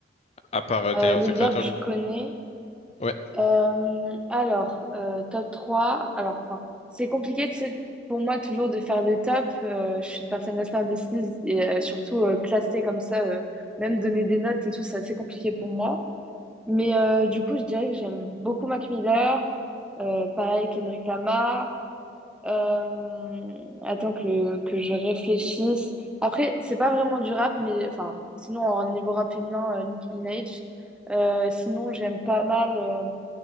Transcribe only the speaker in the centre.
Euh, Lil
Durk, je
connais.
Euh, alors, euh, top trois Alors, enfin, c'est compliqué, c'est pour moi toujours de faire des tops. Euh, je suis une personne assez indécise et euh, surtout euh, classer comme ça, euh, même donner des notes et tout, c'est assez compliqué pour moi. Mais euh, du coup, je dirais que j'aime beaucoup Mac Miller, euh, pareil Kendrick Lamar. Euh, attends que, que je réfléchisse. Après, c'est pas vraiment du rap, mais enfin, sinon, en niveau rap féminin, euh, Nicki Minaj. Euh, sinon, j'aime pas mal. euh,